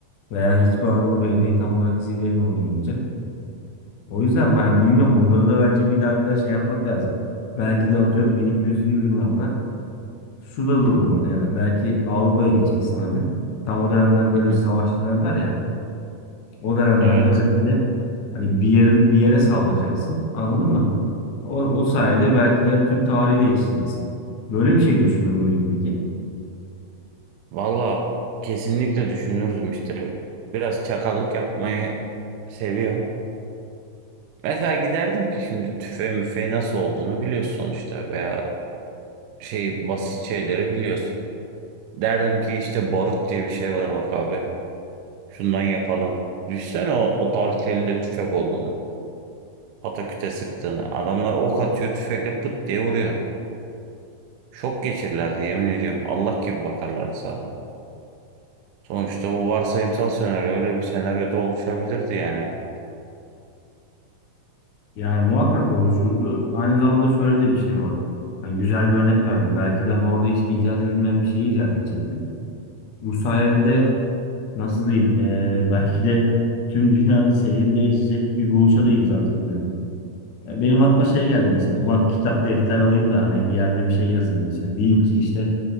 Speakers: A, on the left; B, on the right.
A: Veya hiçbir Anadolu Beyliği tam olarak zirveye de oynayamayacak. O yüzden ben bilmiyorum bunları da bence bir daha bir daha şey yapmak lazım. Belki de atıyorum 1200'lü yıllarda şu da durum var yani belki Avrupa'ya gideceksin abi. Tam o dönemler böyle
B: Hı hı,
A: savaş dönemler ya. O dönemlerde
B: evet.
A: belki de hani bir yerin bir yere saldıracaksın. Anladın mı? O, o sayede belki de Türk tarihi değiştireceksin. Böyle bir şey düşünür müydün peki?
B: Valla kesinlikle düşünürdüm işte. Biraz çakallık yapmayı seviyorum. Mesela giderdim ki şimdi tüfe müfe nasıl olduğunu biliyorsun sonuçta veya şey basit şeyleri biliyorsun. Derdim ki işte barut diye bir şey var bak abi. Şundan yapalım. Düşsene o, o tarihte elinde tüfek olduğunu. Pataküte sıktığını. Adamlar ok atıyor tüfekle pıt diye vuruyor. Şok geçirirlerdi yemin ediyorum. Allah gibi bakarlardı sana. Sonuçta bu varsayımsal senaryo öyle bir senaryoda oluşabilirdi yani.
A: Yani muhakkak oluşurdu. Aynı zamanda şöyle de bir şey var. Hani güzel bir örnek verdim. Belki de hani orada hiç icat edilmeyen bir şey icat edecektin. Bu sayede nasıl diyeyim e, belki de tüm dünyanın seyrini değişecek bir buluşa da imza atabilirdim. Ya benim aklıma şey geldi mesela. Ulan kitap defter alayım da hani bir yerde bir şey yazayım mesela. Diyeyim ki işte